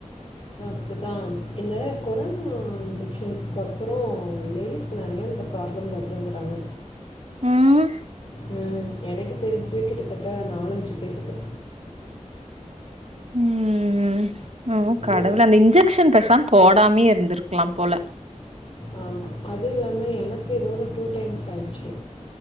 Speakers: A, on the left; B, on the right.
A: அதுத்தா இந்த கொரோனா இன்ஜெக்ஷன்க்கப்புறோ லேடிஸ் க்கு நெறையா இந்த ப்ராப்ளம் வருதுங்குறாங்க.
B: ம்.
A: ம் எனக்கு தெரிஞ்சே கிட்டத்தட்ட நாலஞ்சு பேத்துக்கு.
B: ம் ம் கடவுளே
A: ஏ
B: அந்த இன்ஜெக்ஷன் பெசாம் போடாம்யே இர்ந்திருக்லாம் போல.
A: ஆமா அது இல்லாம எனக்கு இதோட டூ டைம்ஸ் ஆய்ட்ச்சு.